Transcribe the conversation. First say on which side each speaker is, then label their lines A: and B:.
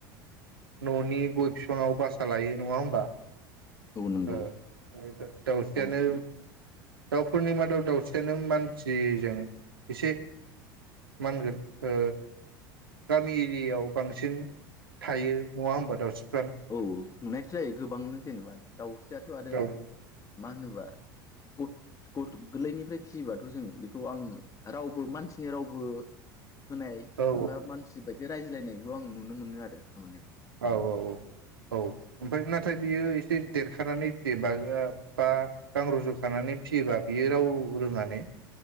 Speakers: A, on the right; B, on the left.
A: ननि गय फिफाङाव बासा लायो नङा होमबा?
B: औ नंगौ
A: ओ ओ दाउस्रियानो
B: दाउस्रि
A: दाउफोरनि मादाव दाउस्रियानो मानसिजों एसे मा होनगोन ओ गामि एरियायाव बांसिन थायो। नङा होनबा दाउस्रि
B: औ नुनायथ जायो गोबांनो जेनेबा दाउस्रियाथ आरो
A: औ
B: मा होनोबा <unintelligible> गोरलैनिफ्राय फियोबाथ जों बेखौ आं रावबो मानसिनि रावबो होनाय
A: औ
B: बा मानसि बायदि रायज्लायनाय बेखौ आं नुनो मोनो आरो थारमाने
A: औ औ औ औ ओमफ्राय नाथाय बियो एसे देरखानानै फिसियोबा बा गां रज खानानै फिसियोबा बियो राव रोङा ने?